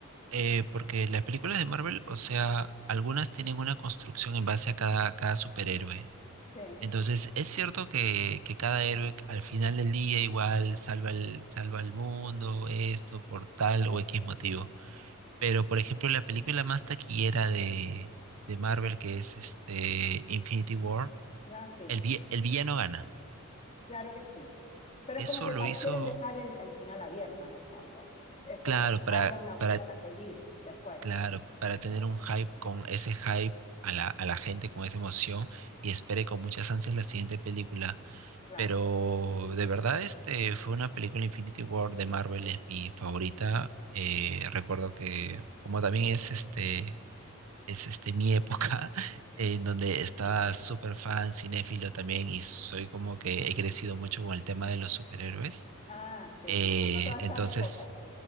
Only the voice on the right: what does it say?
eh, porque las películas de Marvel, o sea, algunas tienen una construcción en base a cada, cada superhéroe.
Entonces, es cierto que, que cada héroe al final del día igual salva el, salva el mundo, esto, por tal o X motivo. Pero, por ejemplo, la película más taquillera de, de Marvel, que es este Infinity War,
el, vi- el villano gana.
Eso
lo
hizo,
claro,
para,
para,
claro, para tener un hype con ese hype a la, a la gente, con esa emoción, y espere con muchas ansias la siguiente película.
Pero de verdad, este fue una película Infinity War de Marvel, es mi favorita. Eh, recuerdo que, como también es este, es este mi época, <laughs> en donde estaba súper fan, cinéfilo también, y soy como que he crecido mucho con el tema de los superhéroes.
Eh,
entonces